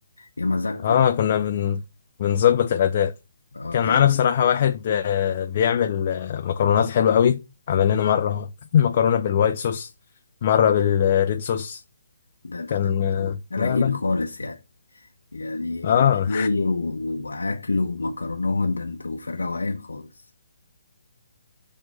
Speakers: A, on the left; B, on the left.
A: يا مزاجكم
B: اه كنا بن... بنظبط الأداء
A: اه
B: كان
A: ده
B: معانا
A: ده
B: بصراحة واحد آه، بيعمل آه، مكرونات حلوة قوي عمل لنا مرة <laughs> مكرونة بالوايت صوص مرة بالريد صوص
A: ده ده,
B: كان
A: ده انتوا
B: آه،
A: رايقين
B: لا لا
A: خالص يعني يعني
B: اه
A: شوي و- واكل ومكرونات ده انتوا في الروقان خالص